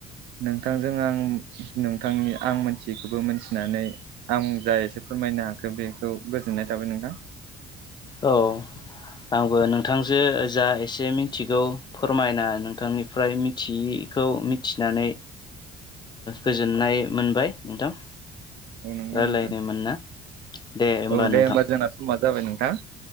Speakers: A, on the right; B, on the left.
A: नोंथांजों आं नोंथांनि आं मोनथियखौबो मोनथिनानै आं जाय एसे फो फोरमायनो हाखो बेखौ गोजोननाय थाबाय नोंथां
B: औ आंबो नोंथांजो जा एसे मिथिगौ फोरमायना नोंथांनिफ्राय मिथियि खौ मिथिनानै गोजोननाय मोनबाय नोंथां
A: औ नंगौ
B: रायलायनो
A: नोंथां
B: मोनना दे
A: औ
B: नोंथां
A: दे होमबा जोंना समा जाबाय नोंथां